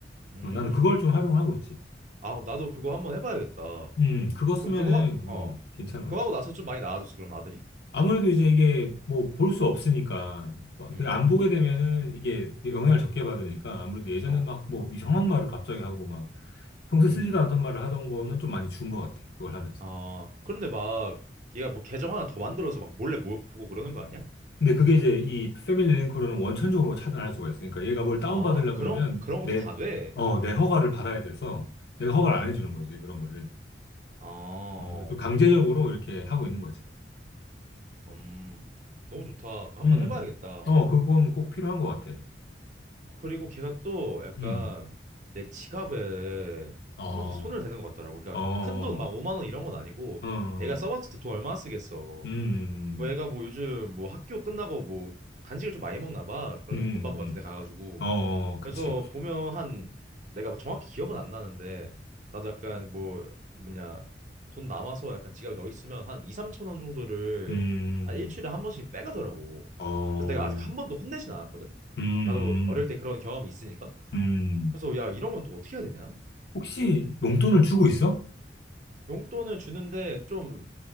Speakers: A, on the right; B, on the left.
A: 음,
B: 어, 나는 그걸
A: 그,
B: 좀 활용하고 있지.
A: 아, 그럼 나도 그거 한번 해봐야겠다.
B: 음, 그거 쓰면은
A: 그럼 그거
B: 음,
A: 하, 어,
B: 괜찮은
A: 그거
B: 것
A: 하고
B: 같아.
A: 나서 좀 많이 나아졌어, 그럼 아들이?
B: 아무래도 이제 이게 뭐 볼 수 없으니까 뭐
A: 음,
B: 그안 보게 되면은 이게 영향을 적게 받으니까 아무래도 예전에
A: 어,
B: 막 뭐 이상한 말을 갑자기 하고 막 평소에
A: 음,
B: 쓰지도 않던 말을 하던 거는 좀 많이 준 것 같아. 그걸 하면서.
A: 아, 그런데 막 얘가 뭐 계정 하나 더 만들어서 막 몰래 모 보고 그러는 거 아니야?
B: 근데 그게 이제 이 패밀리 링크로는 원천적으로 차단할 수가 있어요. 그러니까 얘가 뭘 다운받으려고
A: 아, 그런
B: 그러면
A: 그런
B: 내,
A: 것도 다 돼.
B: 어, 내 허가를 받아야 돼서 내가 허가를 안 해주는 거지, 그런 거를.
A: 아,
B: 어, 그러니까 좀 강제적으로 이렇게 하고 있는 거지.
A: 음, 너무 좋다. 한번
B: 음.
A: 해봐야겠다.
B: 어, 그건 꼭 필요한 것 같아.
A: 그리고 걔가 또 약간
B: 음.
A: 내 지갑에
B: 어,
A: 한 번씩 손을 대는 것 같더라고. 그러니까
B: 어,
A: 큰 돈 막 5만 원 이런 건 아니고
B: 어,
A: 애가 써봤자 또 돈 얼마나 쓰겠어.
B: 음,
A: 뭐 애가 뭐 요즘 뭐 학교 끝나고 뭐 간식을 좀 많이 먹나 봐. 그러는
B: 음,
A: 문방구 같은
B: 음.
A: 데 가가지고.
B: 어, 어, 그치.
A: 그래서 보면 한 내가 정확히 기억은 안 나는데 나도 약간 뭐 뭐냐 돈 남아서 약간 지갑에 넣어 있으면 한 2, 3천 원 정도를
B: 음,
A: 한 일주일에 한 번씩 빼가더라고.
B: 어,
A: 그래서 내가 아직 한 번도 혼내진 않았거든.
B: 음,
A: 나도 어릴 때 그런 경험이 있으니까.
B: 음. 음.
A: 그래서 야, 이런 건 또 어떻게 해야 되냐?
B: 혹시 용돈을 주고 있어?
A: 용돈을 주는데 좀